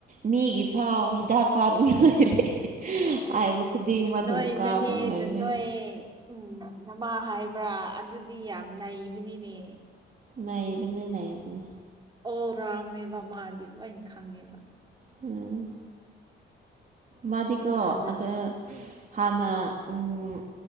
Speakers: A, on the right (about 40°); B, on the right (about 20°).
A: ꯃꯤꯒꯤ ꯐꯥꯎ ꯍꯤꯗꯥꯛ ꯀꯥꯞꯅꯤꯡꯉꯥꯏ ꯂꯩꯔꯦ ꯍꯥꯏꯕ ꯈꯨꯗꯤꯡꯃꯛ ꯑꯗꯨꯝ
B: ꯅꯣꯏ
A: ꯀꯥꯞꯄꯒ
B: ꯅꯅꯦꯅ
A: ꯂꯩꯕꯅꯤ
B: ꯅꯣꯏ ꯎꯝ ꯅꯃꯥ ꯍꯥꯏꯕ꯭ꯔꯥ ꯑꯗꯨꯗꯤ ꯌꯥꯝ ꯅꯩꯕꯅꯤꯅꯦ
A: ꯅꯩꯕꯅꯦ ꯅꯩꯕꯅꯦ
B: ꯑꯣꯜ ꯔꯥꯎꯟꯅꯦꯕ ꯃꯥꯗꯤ ꯂꯣꯏꯟ ꯈꯪꯉꯦꯕ
A: ꯎꯝ ꯃꯥꯗꯤꯀꯣ
B: ꯑꯗꯨ
A: ꯑꯗ ꯍꯥꯟꯅ ꯎꯝ